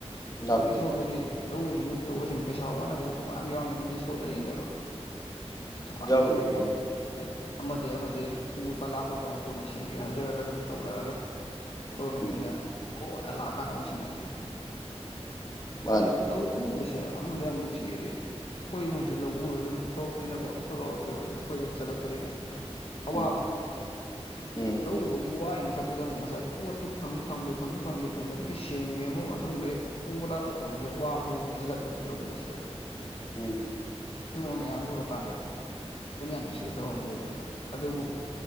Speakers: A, on the left; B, on the left.
A: ꯂꯥꯛꯇꯦ
B: ꯑꯗꯒꯤ ꯁꯣꯝꯗꯗꯤ ꯂꯧꯎ ꯁꯤꯡꯎ ꯇꯧꯕꯁꯤꯡ ꯄꯩꯁꯥ ꯋꯥꯅꯕꯁꯨ ꯀꯣꯡ ꯌꯥꯝꯌꯥꯝ ꯌꯥꯎꯅꯤꯅ ꯃꯤ ꯁꯣꯠꯅꯩꯅꯦꯕ꯫ ꯗꯨꯀꯥꯟꯗꯩ
A: ꯌꯥꯎꯔꯤ
B: ꯀꯩꯗꯒꯤ
A: ꯌꯥꯎꯔꯤ
B: ꯑꯗ ꯑꯃꯗꯤ ꯑꯃꯗꯤ ꯄꯨꯕ ꯂꯥꯛꯄ ꯇꯧꯅ ꯀꯣꯟꯅ ꯁꯤꯡꯒꯦ ꯍꯥꯏꯖꯔꯒ ꯑꯗꯨꯝ ꯇꯧꯅꯔꯒ꯫ ꯒꯣꯔꯃꯦꯟꯒꯤꯅ
A: ꯎꯝ
B: ꯀꯣꯟꯅ ꯂꯥꯛꯑꯀꯥꯟꯗ ꯑꯃꯨꯛ ꯁꯤꯡꯅꯕꯤ꯫
A: ꯃꯥꯅꯤ
B: ꯍꯥꯏꯗꯤ ꯂꯧ ꯎꯕꯁꯦ ꯑꯃꯔꫭꯝꯗ ꯌꯥꯝ ꯅꯨꯡꯁꯤꯌꯦꯗꯤ꯫ ꯑꯩꯈꯣꯏ ꯏꯃꯨꯡꯁꯨ ꯂꯧ ꯎꯔꯒ ꯑꯗꯨꯝ ꯍꯧꯔꯛꯄꯅꯤꯅꯀꯣ ꯑꯩꯈꯣꯏ ꯕꯥꯑꯣꯏ ꯀꯩ ꯑꯣꯏꯁꯨ ꯑꯈꯣꯏꯁꯨ ꯑꯗꯨꯝ ꯆꯠꯂꯛꯄꯅꯤꯅ꯫ ꯑꯋꯥꯕꯁꯦ
A: ꯎꯝ ꯎꯝ
B: ꯂꯧ ꯎꯕꯒꯤ ꯋꯥꯔꯤ ꯃꯊꯛ ꯇꯨꯗ ꯑꯃꯨꯛ ꯉꯁꯥꯏ ꯄꯣꯠꯇꯨ ꯐꯪꯉꯤ ꯐꯪꯗꯦ ꯐꯪꯉꯤ ꯐꯪꯗꯦ ꯇꯧꯟꯅꯕꯒꯤ ꯁꯦꯡꯒꯤ ꯑꯃꯨꯛ ꯑꯗꯨꯝꯕꯩ ꯄꯨꯕ ꯂꯥꯛꯄ ꯇꯧꯅꯕꯩ ꯋꯥꯕꯁꯦ ꯑꯃꯨꯛ ꯄꯤꯁꯤꯜꯂꯛꯄꯁꯦ ꯂꯧ ꯎꯕꯁꯤꯗꯀꯣ꯫
A: ꯎꯝ꯫
B: ꯁꯨꯝꯕꯥ ꯃꯌꯥꯝꯁꯦ ꯎꯔꯀꯥꯟꯗ ꯄꯨꯛꯅꯤꯡ ꯌꯥꯝ ꯅꯨꯡꯁꯤꯕ ꯊꯕꯛ ꯑꯃ ꯑꯣꯏꯕꯅꯦ ꯑꯗꯨꯕꯨ